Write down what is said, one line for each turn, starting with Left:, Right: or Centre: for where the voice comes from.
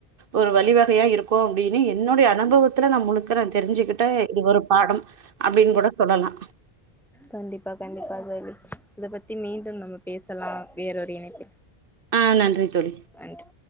Right: ஒரு வழிவகையா இருக்கோம் அப்டின்னு என்னுடைய அனுபவத்துல நம் முழு நான் தெரிஞ்சுக்கிட்ட இது ஒரு பாடம் அப்டின்னு கூட சொல்லலாம்
Centre: கண்டிப்பா கண்டிப்பா தோழி இத பத்தி மீண்டும் நம்ம பேசலாம் வேற ஒரு இணைப்பில்
Right: ஆஹ் நன்றி தோழி
Centre: நன்றி